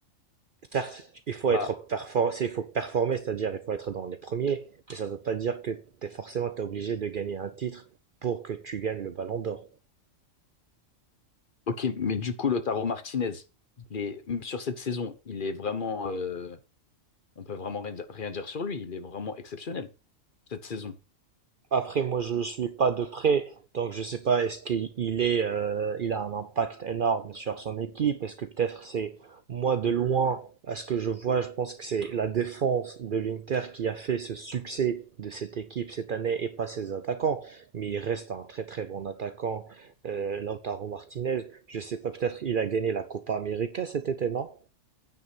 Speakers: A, on the right; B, on the left.
A: Certes, il faut
B: Bah,
A: être performant, il faut performer, c'est-à-dire il faut être dans les premiers, mais ça ne veut pas dire que tu es forcément t'es obligé de gagner un titre pour que tu gagnes le ballon d'or.
B: ok, mais du coup, Lautaro Martinez, il est, sur cette saison, il est vraiment, euh, on peut vraiment rien dire rien dire sur lui. Il est vraiment exceptionnel cette saison.
A: Après, moi, je suis pas de près, donc je sais pas est-ce qu'il il est, euh, il a un impact énorme sur son équipe. Est-ce que peut-être c'est moi de loin, à ce que je vois, je pense que c'est la défense de l'Inter qui a fait ce succès de cette équipe cette année et pas ses attaquants. Mais il reste un très très bon attaquant, euh, Lautaro Martinez. Je sais pas, peut-être il a gagné la Copa América cet été, non?